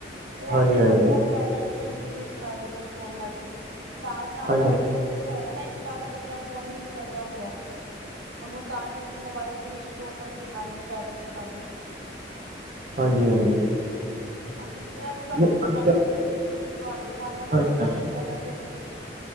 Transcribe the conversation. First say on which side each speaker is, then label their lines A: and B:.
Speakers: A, on the right (about 45°); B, on the right (about 80°).
A: ਹਾਂਜੀ
B: ਉਹ ਵੀ ਨੀ
A: ਹਾਂਜੀ
B: ਕਰਦੇ, ਉਹ ਦੇ ਪੇਰੈਂਟਸ ਇੰਟਰੋਡਿਊਸ ਕਰਾ ਦਿੰਦੇ ਨੇ ਫੋਨ ਨਾਲ ਚਾਲ ਸਾਲ
A: ਹਾਂਜੀ
B: ਦਾ ਬੱਚਾ ਤੁਸੀਂ ਦੇਖਿਆ ਹੈਗਾ, ਨਾ ਇੱਕ ਸਾਲ ਦਾ ਬੱਚਾ ਫੋਨ ਯੂਜ ਕਰ ਰਿਹਾ ਹੁੰਦਾ। ਉਹਨੂੰ ਕਾਰਟੂਨ ਮੋਬਾਇਲ ਤੇ ਸ਼ੋ ਕਰ ਦਿਖਾਦੇ ਨੇ ਪੇਰੈਂਟਸ, ਉਹਨਾਂ ਦੇ
A: ਹਾਂਜੀ, ਹਾਂਜੀ,
B: ਹਾਂਜੀ ਮਤਲਬ ਵੈਸੇ ਟੋਪਿਕ
A: ਅੱਜ
B: ਤੇ ਗੱਲ
A: ਕੱਲ
B: ਕਰਨੀ ਸੀ, ਤੁਹਾਡੇ ਹਿਸਾਬ ਨਾਲ
A: ਹਾਂਜੀ
B: ਸਹੀ
A: ਹਾਂਜੀ
B: ਹੈ, ਗਲਤ